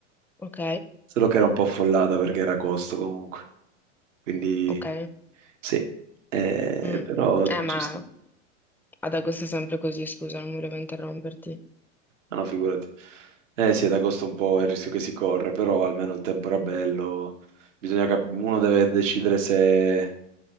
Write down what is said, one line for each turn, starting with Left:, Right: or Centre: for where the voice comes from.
Centre: Ok,
Right: solo che era un po' affollata perché era agosto comunque, quindi
Centre: ok.
Right: sì, Eh,
Centre: Mm.
Right: però
Centre: Eh, ma
Right: ci sta.
Centre: ad agosto è sempre così, scusa, non volevo interromperti.
Right: No, no, figurati. Eh sì, ad agosto è un po' è il rischio che si corre, però almeno il tempo era bello, Bisogna cap- uno deve decidere se,